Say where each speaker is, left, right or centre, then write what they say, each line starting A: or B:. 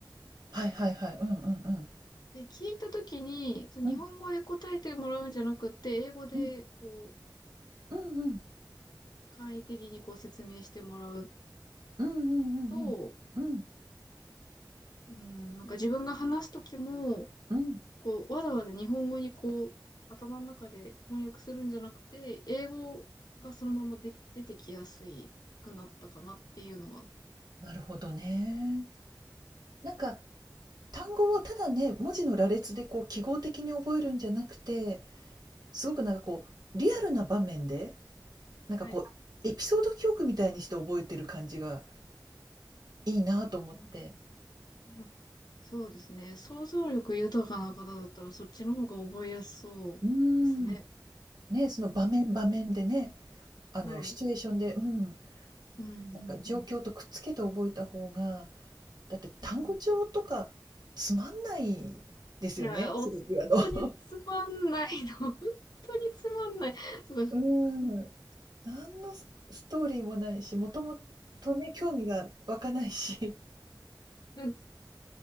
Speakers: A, on the right (about 60°); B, on the left (about 60°).
A: はいはいはい。うんうんうん。
B: で、聞いたときに、そう日本語で答えてもらうんじゃなくって、
A: うん
B: 英語で、
A: うん。
B: こう、
A: うんうん。
B: 簡易的にこう説明してもらう
A: うんう
B: と、
A: んうんうん。うん。
B: うん、なんか自分が話すときも、
A: うん。
B: こう、わざわざ日本語にこう、頭の中で翻訳するんじゃなくて、英語がそのままで出てきやすいくなったかなっていうのは。
A: なるほどね。なんか単語をただね文字の羅列でこう記号的に覚えるんじゃなくてすごくなんかこうリアルな場面でなんかこうエピソード記憶みたいにして覚えてる感じが
B: はい。
A: いいなと思って。
B: うんうん、そうですね。想像力豊かな方だったら、そっちの方が覚えやすそうですね。
A: うーん。ね、その場面場面でね、
B: うん。
A: あのシチュエーションで、
B: はい。
A: うん、
B: うん、うん、
A: なんか状況とくっつけて覚えた方が、
B: うん。
A: だって単語帳とかつまんないですよね、
B: うんいや、本当につまんないの。
A: すごくあの <laughs>
B: <laughs> 本当につまんない。<laughs> とか
A: うん。<laughs> 何のスストーリーもないし、もともとね、興味が湧かないし。
B: <laughs>